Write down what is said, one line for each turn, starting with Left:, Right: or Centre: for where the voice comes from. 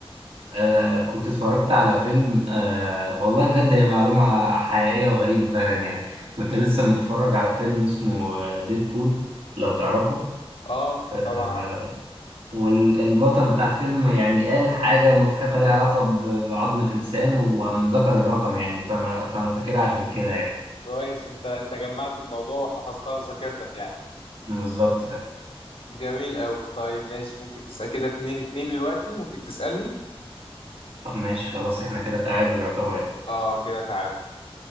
Right: آه كنت اتفرجت على فيلم آه والله بجد هي معلومة حقيقية وغريبة فعلا يعني كنت لسه متفرج على فيلم اسمه ديدبول لو تعرفه
Left: اه
Right: آه
Left: طبعا عارف
Right: والبطل بتاع الفيلم يعني قال حاجة مضحكة ليها علاقة بعظم الإنسان وقام ذكر الرقم يعني فأنا فأنا فاكرها عشان كده يعني
Left: كويس انت انت جمعت الموضوع وحفظتها في ذاكرتك يعني
Right: بالظبط فعلا
Left: جميل قوي طيب ماشي ممكن تسأل كده اتنين اتنين دلوقتي ممكن تسألني
Right: ماشي خلاص احنا كده تعادل يعتبر يعني
Left: اه كده تعادل